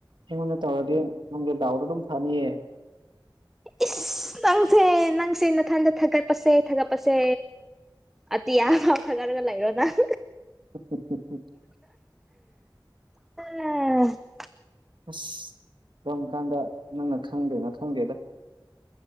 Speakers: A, on the right (about 70°); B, in the centre.
A: ꯑꯩꯉꯣꯟꯗ ꯇꯧꯔꯗꯤ ꯅꯪꯒꯤ ꯗꯥꯎꯗꯣ ꯑꯗꯨꯝ ꯐꯅꯤꯌꯦ
B: ꯏꯁ ꯅꯪꯁꯦ ꯅꯪꯁꯦ ꯅꯊꯟꯗ ꯊꯥꯒꯠꯄꯁꯦ ꯊꯥꯒꯠꯄꯁꯦ ꯑꯇꯤꯌꯥ ꯐꯥꯎ ꯊꯥꯒꯔꯒ <unintelligible> ꯂꯩꯔꯣ ꯅꯪ
A: ꯎ ꯎ ꯎ ꯎ <unintelligible>
B: ꯎꯝ <unintelligible>
A: ꯑꯁ ꯀꯝ ꯀꯥꯟꯗ ꯅꯪꯅ ꯈꯪꯗꯣꯏꯅꯣ ꯈꯪꯗꯦꯗ